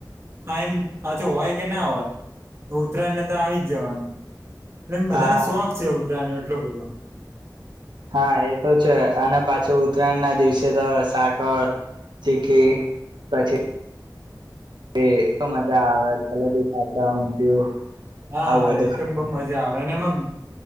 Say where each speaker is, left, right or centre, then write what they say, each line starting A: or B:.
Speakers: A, on the right; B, on the right.
A: ટાઈમ પાછો હોય કે ના હોય. ઉત્તરાયણ ને તો આવી જ જવાનું. એ બધાને
B: હા
A: શોખ છે ઉતરાયણ નો. કેટલો બધો.
B: હા એ તો છે અને પાછું ઉત્તરાયણના દિવસે તો સાકર, ચીકી પછી એ એકદમ મજા આવે જલેબી, ફાફડા, ઊંધિયું.
A: હા
B: આવું બધું
A: એ
B: ખાવાનું
A: તો બઉ મજા આવે અને એમાં